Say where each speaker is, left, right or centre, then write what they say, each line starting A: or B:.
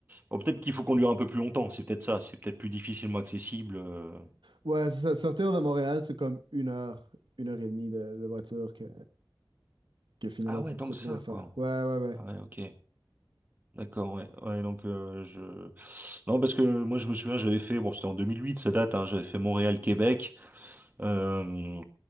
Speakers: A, on the right (about 20°); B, on the right (about 85°).
A: Oh, peut-être qu'il faut conduire un peu plus longtemps, c'est peut-être ça, c'est peut-être plus difficilement accessible. euh.
B: Ouais, c'est ça. Sortir de Montréal, c'est comme une heure, une heure et demie de, de voiture que, que finalement
A: Ah ouais,
B: tu
A: tant
B: te retrouves
A: que ça,
B: à faire.
A: quoi.
B: Ouais, ouais, ouais.
A: Ah ouais, ok. D'accord, ouais. Ouais, donc euh, je... Non, parce que moi je me souviens, j'avais fait, bon c'était en 2008, ça date, hein, j'avais fait Montréal-Québec. Euh...